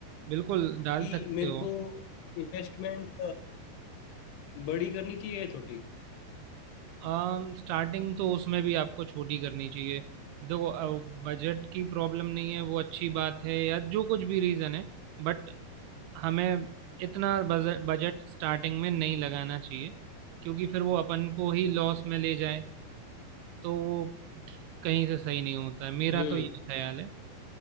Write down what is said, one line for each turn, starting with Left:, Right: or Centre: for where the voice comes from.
Right: बिल्कुल डाल
Left: कि
Right: सकते
Left: मेरे
Right: हो
Left: को इन्वेस्टमेंट बड़ी करनी चाहिए या छोटी
Right: आम, स्टार्टिंग तो उसमें भी आपको छोटी करनी चाहिए देखो बजट की प्रॉब्लम नहीं है वो अच्छी बात है या जो कुछ भी रीज़न है बट हमें इतना बजट बजट स्टार्टिंग में नहीं लगाना चाहिए क्योंकि फिर वो अपन को ही लॉस में ले जाए तो वो कहीं से सही नहीं होता है मेरा
Left: हम्म
Right: तो ये ख्याल है